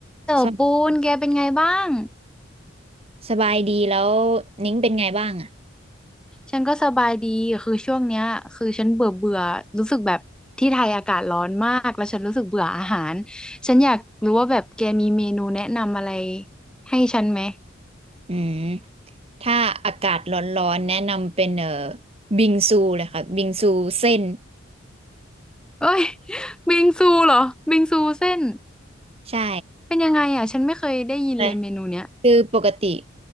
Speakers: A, in the centre; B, on the right (about 30°).
A: เต๋อปูนแกเป็นไงบ้าง
B: สบสบายดีแล้วนิ้งเป็นไงบ้างอ่ะ
A: ฉันก็สบายดีคือช่วงเนี้ยคือฉันเบื่อเบื่อรู้สึกแบบที่ไทยอากาศร้อนมาก แล้วฉันรู้สึกเบื่ออาหาร ฉันอยากรู้ว่าแบบแกมีเมนูแนะนำอะไรให้ฉันไหม
B: อืมถ้าอากาศร้อนๆแนะนำเป็นเอ่อบิงซูเลยค่ะบิงซูเส้น
A: เอ้ย <laughs> บิงซูเหรอบิงซูเส้น
B: ใช่
A: เป็นยังไงอ่ะฉันไม่เคยได้ยินเลยเมนูเนี้ย
B: แต่คือปกติ